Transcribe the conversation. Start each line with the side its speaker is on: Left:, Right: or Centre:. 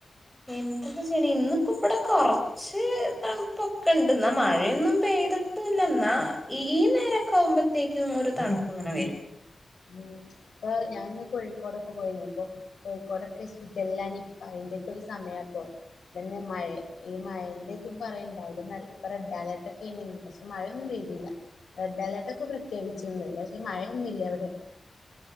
Centre: എന്താ ഇപ്പ ചെയ്യണേ. ഇന്നിപ്പ ഇവിടെ കൊറച്ച് തണുപ്പൊക്കെണ്ട്. എന്നാ മഴയൊന്നും പെയ്ത്ട്ടൂല്ല. എന്നാ ഈ നേരൊക്കെ ആവുമ്പഴുത്തേക്കും ഒര് തണുപ്പിങ്ങനെ വരും
Left: ഉം ഇപ്പ ഞാനിന്ന് കോഴിക്കോടൊക്കെ പോയിനി. അപ്പോ കോഴിക്കോടൊക്കെ ഷിഗെല്ല, നിപ്പ അയിൻ്റെക്കെ ഒരു സമയാ ഇപ്പൊ. ഇതന്നെ മഴേം. ഈ മഴെൻ്റെ ഇതും പറയണ്ട്. അവിടെ നല്ല ഇപ്പ റെഡ് അലർട്ടക്കെ ഇണ്ട്. പക്ഷെ മഴയൊന്നും പെയ്തീല. റെഡ് അലർട്ടൊക്കെ പ്രഖ്യാപിച്ചൂന്ന്. പക്ഷെ മഴയൊന്നുല്യ അവിടെ